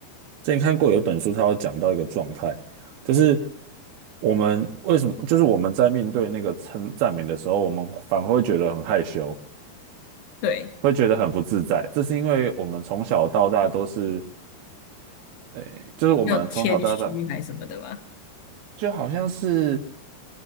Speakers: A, on the right; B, on the left.
A: 之前看过有一本书，它有讲到一个状态，就是我们为什么，就是我们在面对那个称赞美的时候，我们反而会觉得很害羞，
B: <laughs> 对。
A: 会觉得很不自在，这是因为我们从小到大都是，哎，就是我们从小到大
B: 要谦虚还是什么的吧，
A: 就好像是。